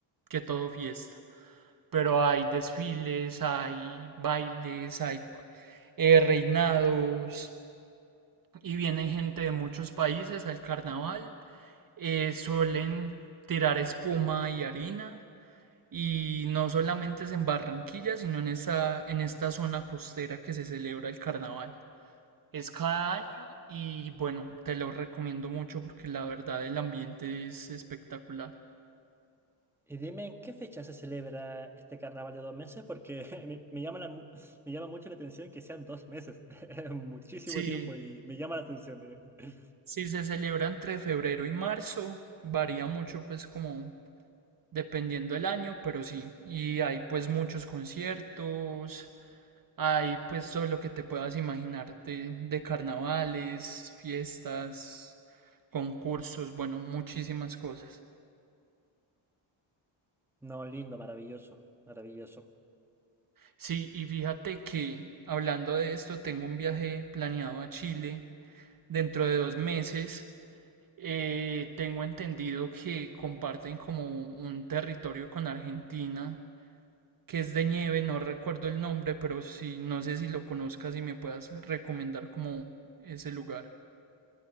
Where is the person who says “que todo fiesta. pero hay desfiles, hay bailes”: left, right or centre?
Right